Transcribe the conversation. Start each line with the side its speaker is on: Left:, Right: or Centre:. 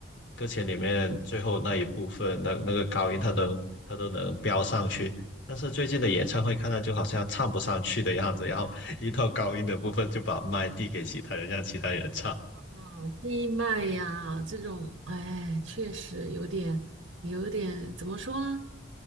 Left: 《搁浅》里面最后那一部分，那那个高音他都他都能飙上去，但是最近的演唱会看他就好像唱不上去的样子，然后 <laughs> 一到高音的部分就把麦递给其他人，让其他人唱，
Right: 啊，低脉呀这种，
Left: 对
Right: 哎，确实有点，有点怎么说呢？